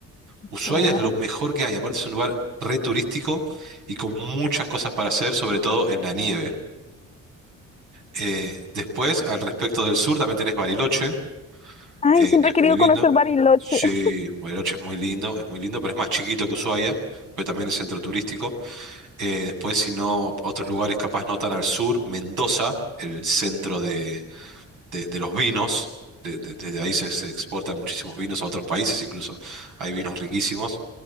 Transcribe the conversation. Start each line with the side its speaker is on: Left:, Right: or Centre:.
Right: Ushuaia
Left: Voy
Right: es lo
Left: aquí.
Right: mejor que hay, aparte es un lugar re turístico y con muchas cosas para hacer, sobre todo en la nieve. Eh, después, al respecto del sur, también tenés Bariloche,
Left: Ay,
Right: eh,
Left: siempre
Right: que es
Left: he querido
Right: muy lindo.
Left: conocer Bariloche.
Right: Sí,
Left: <laughs>
Right: Bariloche es muy lindo, es muy lindo, pero es más chiquito que Ushuaia, pero también es centro turístico. Eh, después, si no, otros lugares capaz no tan al sur, Mendoza, el centro de, de- de los vinos. de- de- Desde ahí se, se exportan muchísimos vinos a otros países incluso. Hay vinos riquísimos.